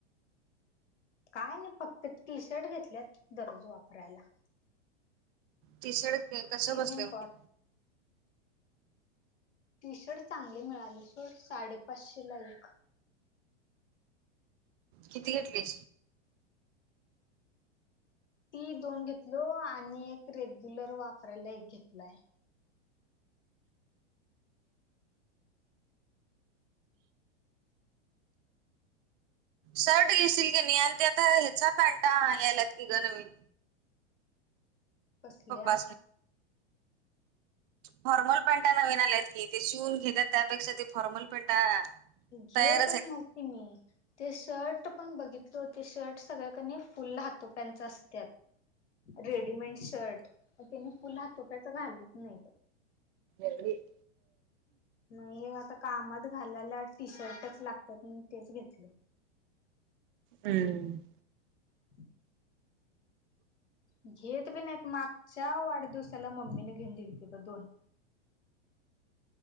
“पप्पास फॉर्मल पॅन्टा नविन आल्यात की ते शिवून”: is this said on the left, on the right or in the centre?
Right